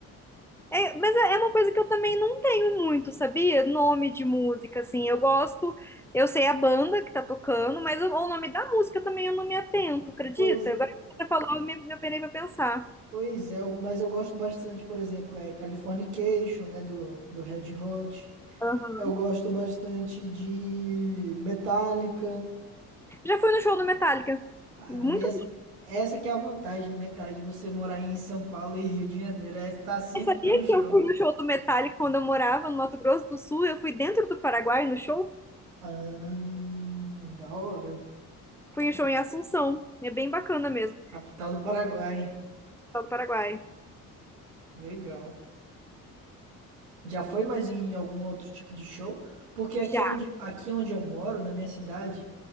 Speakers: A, in the centre; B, on the right (about 75°).
A: É, mas é é uma coisa que eu também não tenho muito, sabia? Nome de música, assim. Eu gosto, eu sei a banda que tá tocando, mas o, o nome da música também eu não me atento, acredita?
B: Pois.
A: Agora que você falou, eu me, me apenei pra pensar.
B: Pois é, eu- mas eu gosto bastante, por exemplo, é Californication, né, do, do Red Hot.
A: Aham.
B: Eu gosto bastante de Metallica.
A: Já fui no show do Metallica.
B: Caramba,
A: Muito
B: e essa, essa que é a vantagem, né, cara, de você morar em São Paulo e Rio de Janeiro, é estar sempre
A: Mas sabia
B: tendo show.
A: que eu fui no show do Metallica quando eu morava no Mato Grosso do Sul? Eu fui dentro do Paraguai no show.
B: Ah, da hora.
A: Fui em um show em Assunção. É bem bacana mesmo, o
B: Capital do Paraguai.
A: pessoal do Paraguai.
B: Que legal. Já foi mais em algum outro tipo de show? Porque aqui
A: Já.
B: é onde, aqui é onde eu moro, na minha cidade,